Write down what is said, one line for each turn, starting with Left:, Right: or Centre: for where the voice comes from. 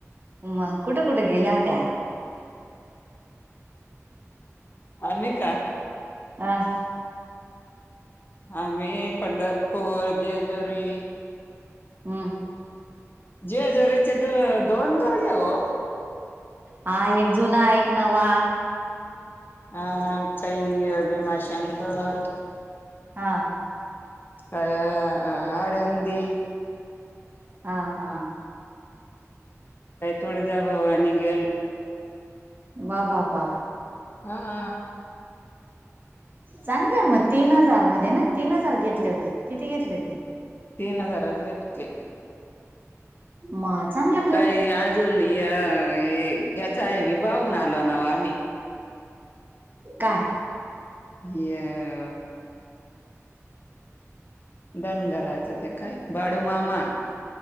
Right: मग कुठं कुठं गेल्या होत्या.
Left: आणि का.
Right: ह.
Left: आम्ही पंढरपूर जेजुरी.
Right: हम्.
Left: <inaudible> जेजुरीचे द दोन गड ओ.
Right: हा एक जुना एक नवा.
Left: अ काही अ भिमाशंकर.
Right: हा.
Left: अं... आडंदी.
Right: हा हा.
Left: आई तुळजाभवानी गेलो.
Right: वा वा बापा.
Left: हा.
Right: चांगलं मग तीन हजारमध्ये ना? तीन हजार घेतले होते. किती घेतले होते?
Left: तीन हजारच घेतले.
Right: मग चांगलंय.
Left: काही अजून य ये याचाही विभावून आलो नव आम्ही.
Right: काय?
Left: य. धनगराचा ते काय बाडूमामा.